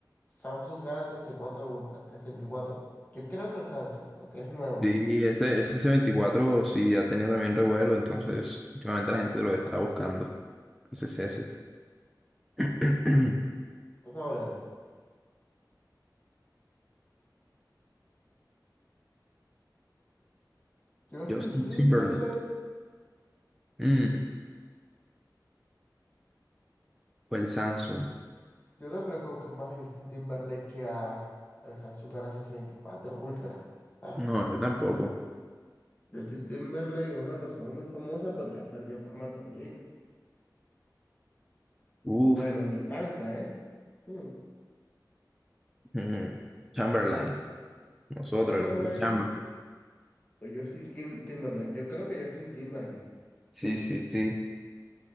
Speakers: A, on the left (about 25°); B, in the centre.
A: Samsung Galaxy s cuatro Ultra? s veinticuatro. Yo creo que el Samsung, porque es nuevo.
B: Sí, ese, ese c veinticuatro sí ya tenía también revuelo, entonces últimamente la gente lo está buscando. Entonces ese. <clears throat>
A: Vamos a ver. Justin
B: Justin
A: Timberlake.
B: Timberlake. Mm. Fue el Samsung.
A: Yo no creo que busquen más a Justin Timberlake que a, al Samsung Galaxy S24 Ultra. Ah,
B: No, yo tampoco.
A: Justin Timberlake es una persona muy famosa, pero ya perdió fama también.
B: Uf.
A: Bueno, ni tanta, ¿eh? Mm.
B: mm, Chamberlain. Nosotros,
A: El Chamberlain
B: el hombre Chamberlain.
A: o Justin Kim- Timberlake. Yo creo que Justin Timberlake.
B: Sí, sí, sí.